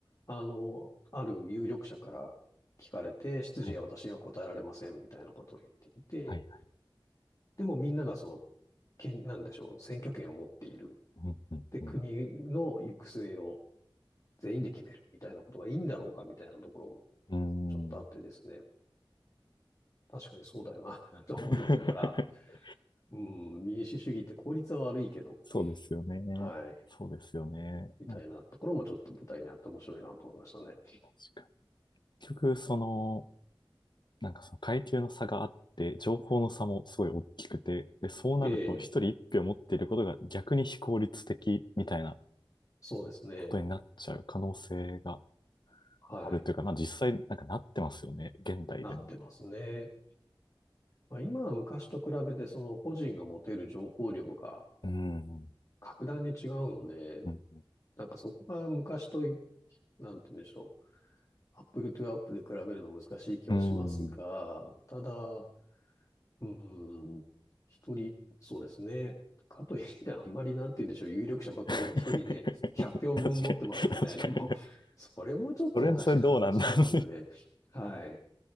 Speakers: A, on the left; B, on the left.
A: あの、ある有力者から聞かれて、執事は私は答えられません、
B: はい、
A: みたいなことを言っていて、
B: はい、は
A: でもみんながその、権、なんでしょう、選挙権を持っている。
B: い。うん、うん、
A: で、国の行く末を
B: う
A: 全員で決めるみたいなことがいいんだろうかみたいなところも
B: ん。うー
A: ちょっとあってですね。
B: ん。
A: 確かにそうだよな <laughs> と思いながら、
B: <laughs>
A: うん、民主主義って効率は悪いけど、
B: そうですよね。
A: はい、
B: そうですよね。
A: みたいなところもちょっと舞台にあって面白いなと思いましたね。
B: なんか確かに結局、その、なんかその階級の差があって、情報の差もすごい大きくて、で、そうなると一人一票持っていることが逆に非効率的みたいな
A: ええ、そうですね。
B: ことになっちゃう可能性が
A: はい、
B: あるというか、まあ実際なんかなってますよね、現代でも。
A: なってますね。まあ、今は昔と比べてその個人が持てる情報量が
B: うん。
A: 格段に違うので、
B: うん。
A: なんかそこが昔と比なんて言うんでしょう。アップルトゥアップで比べるの難しい気はしますが、
B: うん。うん
A: ただ、うん、一人、そうですね。かといって、あんまりなんて言うんでしょう。有力者ばかりが一人ね、
B: <laughs> 確かに、
A: 100票分持ってますみたいなもも、
B: 確かに。
A: それもちょっとおかしな話なんで、
B: それはそれどうなんだね
A: はい。